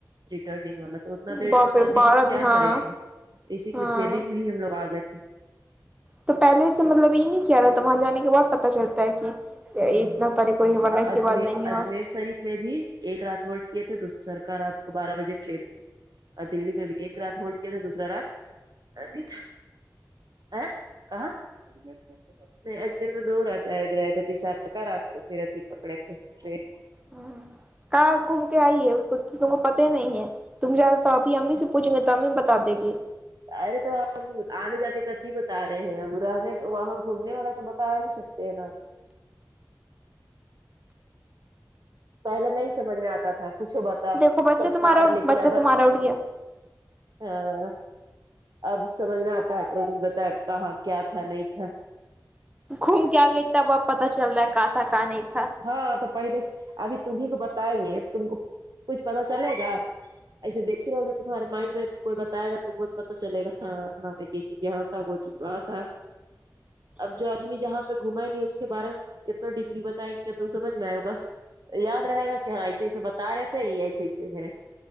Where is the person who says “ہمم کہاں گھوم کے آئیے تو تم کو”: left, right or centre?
Right